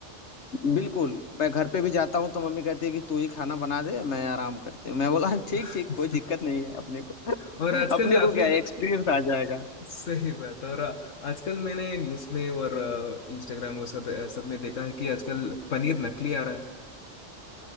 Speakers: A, on the left; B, on the left.
A: बिल्कुल मैं घर पे भी जाता हूँ तो मम्मी कहती है कि तू ही खाना बना दे मैं आराम करती हूँ मैं बोला
B: <laughs>
A: ठीक ठीक कोई दिक्कत नहीं है अपने को <laughs>
B: और आजकल
A: अपने
B: आपने
A: को क्या है एक्सपीरियंस आ जाएगा
B: सही बात और अ, आजकल मैंने न्यूज़ में और इंस्टाग्राम वो सब सब में देखा है कि आजकल पनीर नकली आ रहा है